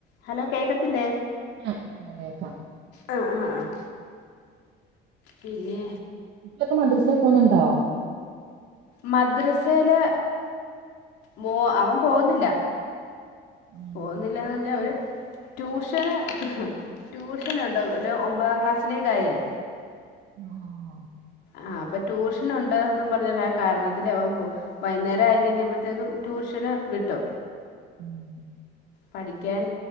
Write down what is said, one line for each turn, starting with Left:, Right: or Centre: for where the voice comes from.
Left: Hello കേക്കത്തില്ലേ
Right: ആഹ് കേക്കാം കേക്കാം
Left: ആഹ് ആഹ് ആഹ് പിന്നെ
Right: ഇതിലൊക്കെ മദ്രസയെ പോന്നുണ്ടോ
Left: മദ്രസയില് മോ അവൻ പോന്നില്ല.
Right: ആഹ്
Left: പൊന്നിലെന്ന്
Right: അതന്നെ
Left: പറഞ്ഞാൽ അവര്
Right: ഓൻ
Left: ട്യൂഷന് ഹ് ട്യൂഷനുണ്ടോ ഒരു ഒമ്പതാം ക്ലാസ്സിലേക്കയേ
Right: ആഹ ആഹ
Left: ആഹ് അപ്പൊ ട്യൂഷൻുണ്ട്ന്ന് പറഞ്ഞാ ആ കാരണത്തില് അവൻ പോ വൈകുന്നേരം ആയി കഴിഞ്ഞപ്പോഴത്തേക്കും ട്യൂഷൻ വിട്ടു
Right: ഉം <unintelligible>
Left: പഠിക്കാൻ